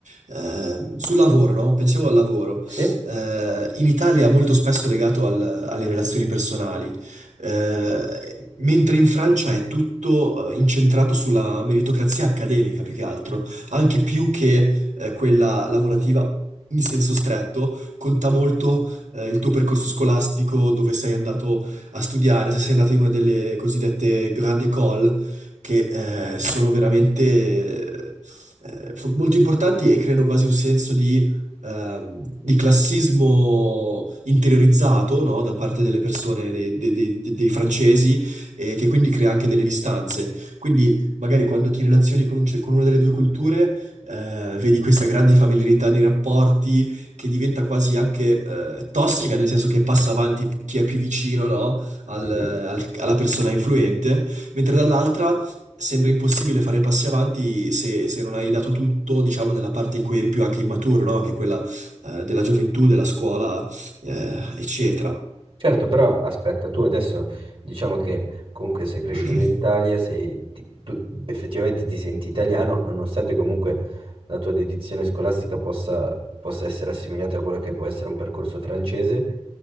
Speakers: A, on the right (about 90°); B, on the right (about 45°).
A: mh, ehm, sul lavoro, no? Pensiamo al lavoro.
B: Sì?
A: Eh, in Italia è molto spesso legato al- alle relazioni personali. Eh, mentre in Francia è tutto eh, incentrato sulla meritocrazia accademica più che altro, anche più che eh, quella lavorativa in senso stretto, conta molto eh, il tuo percorso scolastico, dove sei andato a studiare, se sei andato in una delle cosiddette grande école, che eh, sono veramente eh, fo- molto importanti e creano quasi un senso di ehm, di classismo interiorizzato, no, da parte delle persone, dei, dei- dei- dei francesi, e che quindi crea anche delle distanze. Quindi magari quando ti relazioni con, un ce- con una delle due culture, eh, vedi questa grande familiarità nei rapporti che diventa quasi anche eh, tossica, nel senso che passa avanti chi è più vicino, no, al-
B: Mhm.
A: al- alla persona influente, mentre dall'altra sembra impossibile fare passi avanti se, se non hai dato tutto, diciamo, nella parte in cui eri più anche immaturo, no? Che è quella eh, della gioventù, della scuola, eh, eccetera.
B: Certo, però aspetta, tu adesso diciamo che comunque sei cresciuto
A: <clears throat>
B: in Italia, sei, ti- tu effettivamente ti senti italiano, nonostante comunque la tua dedizione scolastica possa, possa essere assimilata a quello che può essere un percorso francese,